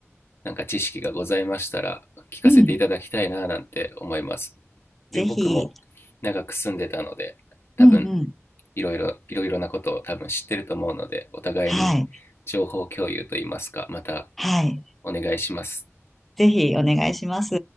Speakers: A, on the left; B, in the centre.
A: なんか知識がございましたら聞かせていただきたいななんて思います。
B: うん。
A: で僕も長く住んでたので多分
B: ぜひ。うんうん。
A: いろいろ、いろいろなことを多分知ってると思うので、お互いに情報共有といいますか、
B: はい。
A: また
B: はい。
A: お願いします。
B: ぜひお願いします。